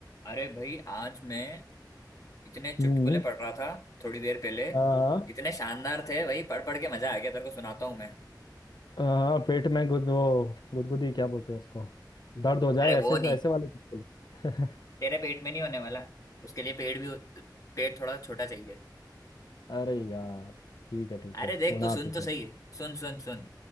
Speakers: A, on the left; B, on the left.
A: अरे भाई आज मैं इतने चुटकुले
B: हम्म
A: पढ़ रहा था थोड़ी देर पहले
B: हाँ
A: इतने शानदार थे भाई पढ़ पढ़ के मजा आ गया तेरे को सुनाता हूँ मैं
B: हाँ पेट में गुद वो गुदगुदी क्या बोलते हैं उसको दर्द हो जाए
A: अरे
B: ऐसे
A: वो नहीं
B: ऐसे वाले चुटकुले <laughs>
A: तेरे पेट में नहीं होने वाला उसके लिए पेट भी पेट थोड़ा छोटा चाहिए
B: अरे यार ठीक है ठीक
A: अरे
B: है
A: देख
B: सुना
A: तू सुन
B: तू तो
A: तो सही सुन सुन सुन